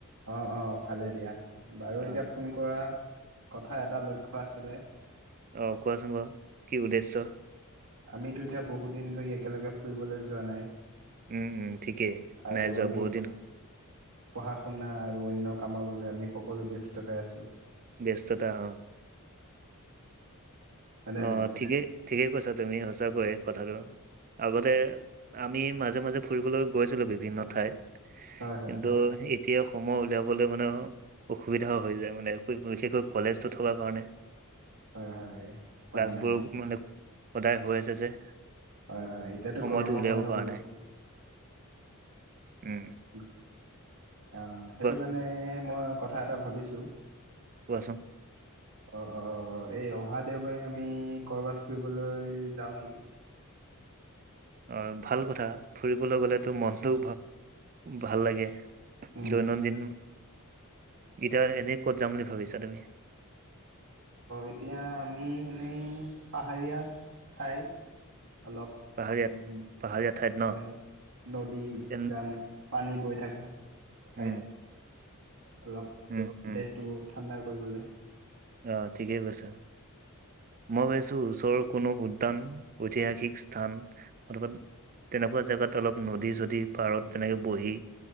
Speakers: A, on the right; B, on the right.
A: অঁ অঁ ভালে দিয়া বাৰু
B: অ
A: এতিয়া ফোন কৰা কথা এটা লক্ষ্য আছিলে।
B: অ কোৱাচোন বাৰু। কি উদ্দেশ্য
A: আমি দুয়োটা বহুতদিন ধৰি একেলগে ফুৰিবলৈ যোৱা নাই।
B: উম উম ঠিকেই
A: আৰু
B: নাই যোৱা
A: আমি
B: বহুত দিন।
A: পঢ়া শুনা আৰু অন্য কামৰ বাবে আমি সকলো ব্যস্ত হৈ আছোঁ।
B: ব্যস্ততা অ
A: হয়নে
B: অ
A: নাই
B: ঠিকেই ঠিকেই কৈছা। তুমি সঁচাকৈয়ে কথাটো আগতে আমি মাজে মাজে ফুৰিবলৈ গৈছিলো বিভিন্ন ঠাইত।
A: হয়, হয়,
B: কিন্তু
A: হয়,
B: এতিয়া সময় উলিয়াবলৈ মানে অসুবিধাও হৈ যায় মানে। বিশেষকৈ কলেজটো থকাৰ কাৰণে।
A: হয় হয় উপায়
B: ক্লাছবোৰ
A: নাই
B: মানে সদায় হৈ আছে যে।
A: হয় হয় এতিয়াতো
B: সময়টো
A: গৰমো
B: উলিয়াব
A: বন্ধ
B: পৰা
A: পৰিছে।
B: নাই উম
A: অঁ সেইটো
B: কোৱা
A: কাৰণে মই কথা এটা ভাবিছোঁ।
B: কোৱাচোন।
A: অ অঁ এই অহা দেওবাৰে আমি ক'ৰবাত ফুৰিবলৈ যাওঁ নেকি?
B: অ ভাল কথা ফুৰিবলৈ গ'লেতো মনটো ভাল লাগে।
A: উম,
B: দৈনন্দিন এতিয়া এনে ক'ত যাম বুলি ভাবিছা তুমি।
A: এতিয়া আমি এনেই পাহাৰীয়া ঠাই অলপ
B: পাহাৰীয়া
A: উম
B: পাহাৰীয়া ঠাইত ন
A: হয় নদী
B: তেন
A: যান পানী বৈ থকা। ঠাইত
B: উম
A: অলপ
B: উম উম
A: দেহটো ঠাণ্ডা কৰিবলে।
B: অ ঠিকেই কৈছ। মই ভাবিছো ওচৰৰ কোনো উদ্যান ঐতিহাসিক স্থান অথবা তেনেকুৱা জাগাত অলপ নদী চদী পাৰত তেনেকে বহি।